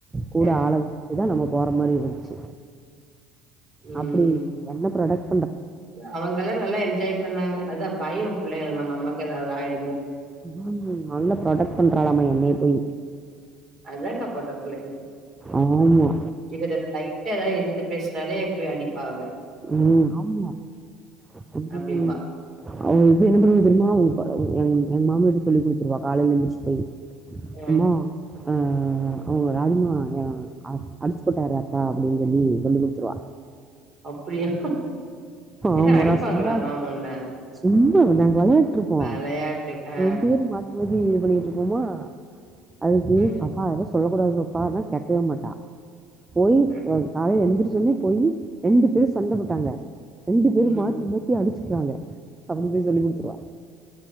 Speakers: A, on the right; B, on the right.
A: கூட
B: அ
A: ஆள விட்டுதா நம்ம போற மாரி இருந்துச்சு
B: ம்
A: அப்புடி என்ன ப்ராடெக்ட்
B: அவங்கல்லா நல்லா என்ஜாய்ப் பண்ணாங்க அதா பயோ புள்ளைங்களுக்கு நம்ம அம்மாக்கேதாவது ஆயிடு
A: உ நல்லா ப்ரொடக்ட் பண்றாளாம என்னய போயி
B: அதுதாங்க பொட்ட புள்ளைங்க
A: ஆமா
B: இவரு லைட்டா எதாவது எதித்து பேசுனாலே போய் அடிப்பா அவற
A: ம் ஆமா ம்
B: அப்டிம்பா.
A: அவ இவ என்ன பண்ணுவா தெரியுமா ம் ப எங் எங்க மாமியார்ட்ட சொல்லி குடுத்துருவா காலைல எழுந்துச்சு போயி
B: அ
A: மா அ அவங்கள ராஜிமா எ அ அடிச்சு போட்டாரு அத்தா அப்டின்னு சொல்லி சொல்லிக்குடுத்துருவா
B: அப்டியா என்ன
A: ஆமா
B: அடிப்பாங்ளா
A: நான் சொன்னா
B: மாமா உன்ன
A: சும்மா விளான் வெளையான்ட்டு இருப்போ
B: வெளையாட்டுக்கு ஆ,
A: ரெண்டு பேரு மாத்தி மாத் தி இது பண்ணிட்டு இருப்போமா அதுக்கு
B: ஆ,
A: பப்பா அதலா சொல்லக்கூடாது பாப்பான்னா கேக்கவே மாட்டா போயி
B: ஆ.
A: வ காலைல எந்திரிச்சி சொல்லி போயி ரெண்டு பேரு சண்ட போட்டாங்க ரெண்டு பேரு
B: ம்.
A: மாத்தி மாத்தி அடிச்சு க்றாங்க அப்டி போய் சொல்லி குடுத்துருவா